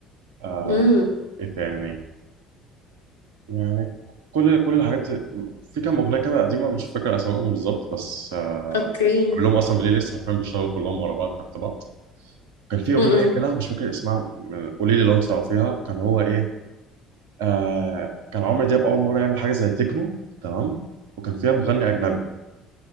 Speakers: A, on the right; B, on the left.
A: آه
B: امم
A: إيه تاني يعني كل كل الحاجات في كام أغنية كده قديمة مش فاكر أسمائهم بالظبط بس آه
B: اوكي
A: عامل لهم أصلا بلاي ليست حرفيا بيشتغلوا كلهم ورا بعض تحت بعض كان في أغنية
B: امم
A: كده مش فاكر اسمها م- قولي لي لو أنت تعرفيها كان هو إيه آه كان عمرو دياب أول مرة يعمل حاجة زي تكنو تمام وكان فيها مغني أجنبي